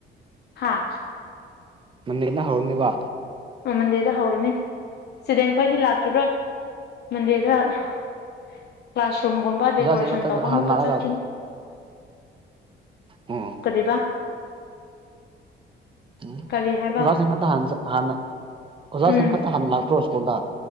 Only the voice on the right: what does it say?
ꯃꯟꯗꯦꯗ ꯍꯧꯔꯅꯤꯕ
ꯑꯣꯖꯥꯁꯤꯡ
ꯉꯥꯛꯇ
ꯍꯥꯟꯅ
ꯂꯥꯛꯑꯒ
ꯎꯝ
ꯎꯝ
ꯑꯣꯖꯥꯁꯤꯡ ꯈꯛꯇ ꯍꯥꯟꯆ ꯍꯥꯟꯅ ꯑꯣꯖꯥꯁꯤꯡ
ꯈꯛꯇ ꯍꯥꯟꯅ ꯂꯥꯛꯄ꯭ꯔꯣ ꯁ꯭ꯀꯨꯜꯗ